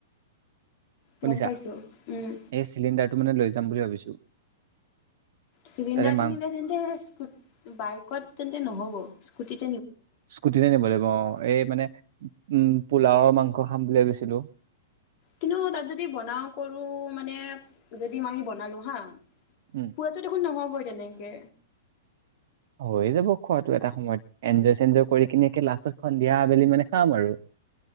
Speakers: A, on the right; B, on the left.
A: শুনিছা
B: গম পাইছো উম
A: এই চিলিণ্ডাৰটো মানে লৈ যাম বুলি ভাবিছো
B: চিলিণ্ডাৰটো
A: তাতে মাং
B: নিলে তেন্তে ইচ বাইকত তেন্তে নহ'ব স্কুটিত
A: স্কুটিতে নিব লাগিব অ এই মানে উম পোলাওৰ মাংস খাম বুলি গৈছিলো
B: কিন্তু তাত যদি বনাও কৰো মানে যদি আমি বনালো হা
A: উম
B: খুৱাটো দেখোন নহ'ব কেনেকে
A: হৈ যাব খোৱাটো এটা সময়ত এনজয় সেঞ্জয় কৰি কিনে লাষ্টত সন্ধিয়া আবেলি মানে খাম আৰু